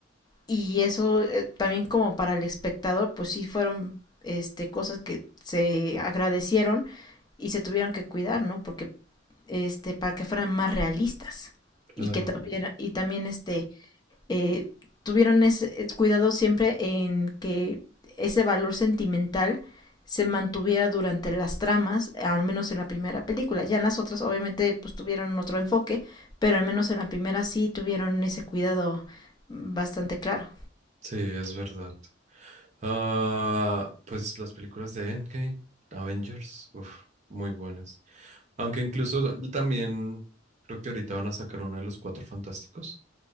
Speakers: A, on the left; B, on the right.
A: y eso eh, también como para el espectador, pues sí fueron, este, cosas que se agradecieron y se tuvieron que cuidar, ¿no? Porque, este, para que fueran más realistas
B: claro.
A: y que tuviera, y también, este, eh, tuvieron ese eh, cuidado siempre en que ese valor sentimental se mantuviera durante las tramas, al menos en la primera película. Ya en las otras obviamente pues tuvieron otro enfoque, pero al menos en la primera sí tuvieron ese cuidado bastante claro.
B: Sí, es verdad. Ah, pues las películas de Endgame, Avengers, uf, muy buenas. Aunque incluso también creo que ahorita van a sacar una de los Cuatro Fantásticos,